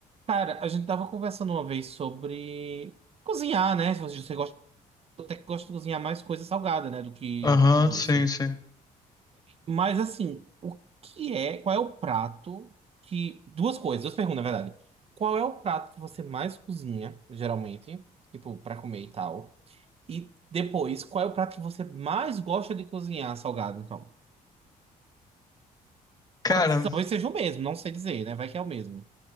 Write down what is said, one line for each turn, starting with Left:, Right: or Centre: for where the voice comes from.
Right: Cara, a gente tava conversando uma vez sobre cozinhar, né? Se você você gosta, até que gosta de cozinhar mais coisa salgada, né? Do que,
Left: Aham,
Right: do que doce.
Left: sim, sim.
Right: Mas assim, o que é, qual é o prato que. Duas coisas, duas perguntas, na verdade. Qual é o prato que você mais cozinha, geralmente? Tipo, pra comer e tal. E depois, qual é o prato que você mais gosta de cozinhar salgado, então?
Left: Cara,
Right: Talvez seja o mesmo, não sei dizer, né? Vai que é o mesmo.